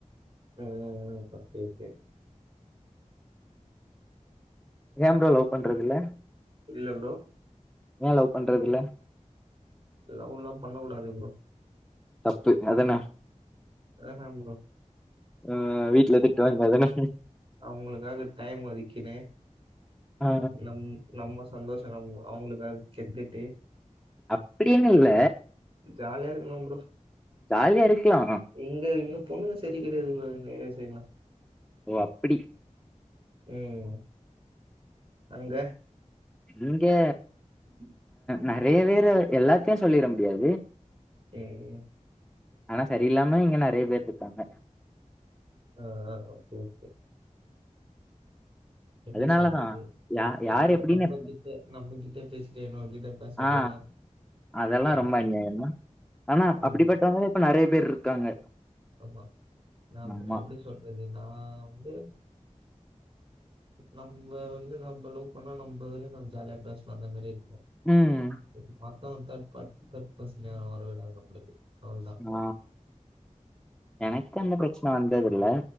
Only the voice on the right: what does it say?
ம் ஓகே ஓகே
புரியல ப்ரோ
லவ்லா பண்ணக்கூடாது ப்ரோ
ஆஹா ப்ரோ
அவுங்களுக்காக டைம் ஒதுக்கினே
நம் நம்ம சந்தோஷ நம்ம அவங்களுக்காக செத்துட்டு
ஜாலியாயிருக்கனு ப்ரோ
எங்க இங்க பொண்ணுங்க சரி கிடையாது ப்ரோ எங்க ஏரியா சைடுலா
ம் அங்க
உம்
ஏ யு
அ ஆ ஓகே ஓகே எப்டி
சொல்றது
நம்ம
நம்ம கிட்ட நம்ம கிட்ட பேசிட்ட இன்னொரு கிட்ட பேசுறதெல்லாம்
அதெல்லாம்
அதுதான்.
ஆமா நா
எப்டி சொல்றது நா வந்து நம்ம வந்து நம்ம லவ் பண்ணா நம்ம வரையு நம்ம ஜாலிய பேசலா அந்த மாரி மத்
மத்தவங்க தேட் பர்சன் யாரு வரவிடாது நம்மளுக்கு அவ்ளோ தா